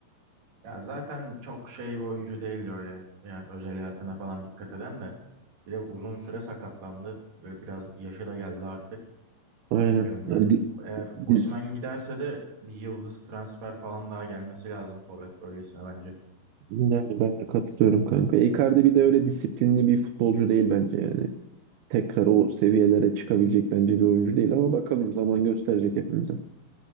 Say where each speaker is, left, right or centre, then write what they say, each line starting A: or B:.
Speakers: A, on the right; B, on the right.
A: Ya zaten çok şey bir oyuncu değildi öyle. Ya özel hayatına falan dikkat eden de. Bir de uzun süre sakatlandı. Böyle biraz yaşı da geldi artık.
B: Aynen.
A: Bilmiyorum yani.
B: Yani, di-
A: Eğer
B: di-
A: Osimhen giderse de bir yıldız transfer falan daha gelmesi lazım forvet bölgesine bence.
B: yani ben de katılıyorum kanka. Icardi bir de öyle disiplinli bir futbolcu değil bence yani. Tekrar o seviyelere çıkabilecek bence bir oyuncu değil ama bakalım zaman gösterecek hepimize.